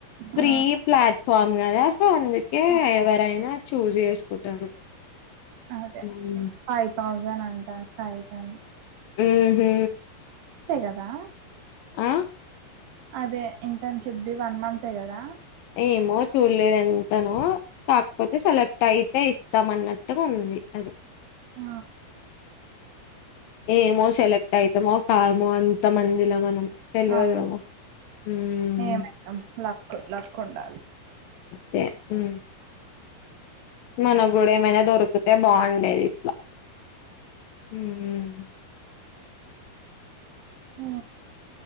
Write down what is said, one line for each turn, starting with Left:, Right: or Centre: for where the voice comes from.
Left: ఫ్రీ
Right: ఆ
Left: ప్లాట్ఫామ్ కదా సో అందుకే ఎవరైనా చూజ్ చేసుకుంటారు
Right: అదే
Left: మ్మ్
Right: ఫైవ్ థౌజండ్ అంటా స్టయిట్ అని
Left: మ్మ్ హు
Right: అంతే కదా
Left: ఆ
Right: అదే ఇంటర్న్షిప్దిి వన్ మంతే కదా
Left: ఏమో చూడలేదు ఎంతనో కాకపోతే సెలెక్ట్ అయితే ఇస్తాం అన్నట్టు ఉంది ది అదే
Right: ఆ
Left: ఏమో సెలెక్ట్ అయితామో కామో అంత మందిలో మనం తెలవదు
Right: అవును
Left: ఏమో మ్మ్
Right: ఏమైతాం లక్ లక్ ఉండాల
Left: దే ఉ మన గుడా ఏమైనా దొరికితే బాగుండేది ఇట్లా హ్మ్మ్
Right: ఆ